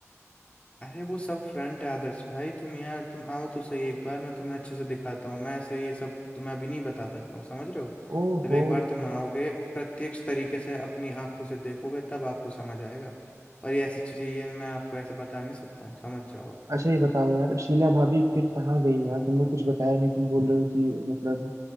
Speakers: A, on the left (about 25°); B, on the right (about 85°).
A: अरे वो सब फ्रंट है आदर्श भाई तुम यार तुम आओ तो सही एक बार मैं तुम्हें अच्छे से दिखाता हूँ मैं ऐसे ये सब तुम्हें अभी नहीं बता सकता हूँ समझ रहे हो
B: ओहो
A: जब एक बार तुम आओगे प्रत्यक्ष तरीके से अपनी आंखों से देखोगे तब आपको समझ आएगा और ये ऐसी चीजें ये मैं आपको ऐसे बता नहीं सकता हूँ समझ जाओ
B: अच्छा ये बताओ यार शीला भाभी फिर कहाँ गई यार तुमने कुछ बताया नहीं तुम बोल रहे हो कि मतलब